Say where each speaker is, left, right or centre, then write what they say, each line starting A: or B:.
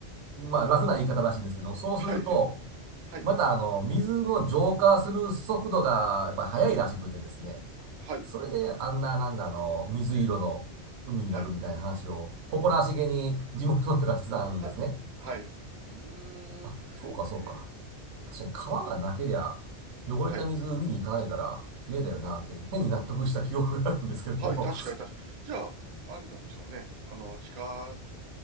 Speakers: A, on the right; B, on the right.
A: まあ、
B: おお。
A: 楽な言い方らしいんですけども、そうすると、
B: はい。はい。
A: またあの、水の浄化する速度がやっぱり速いらしくてですね。
B: はい。
A: それであんな、なんだ、あの、水色の海になるみたいな話を、
B: はい。
A: 誇らしげに地元の人がしてたんですね。
B: は、はい。うーん。
A: あ、
B: へ
A: そうか、そうか。
B: え。
A: 確かに川がなけりゃ、汚れた水海に行かないから、
B: はい。
A: 綺麗だよなって変に納得した記憶があるんですけども。
B: はい、確かに確かにじゃあ、あれなんでしょうね。あの、地下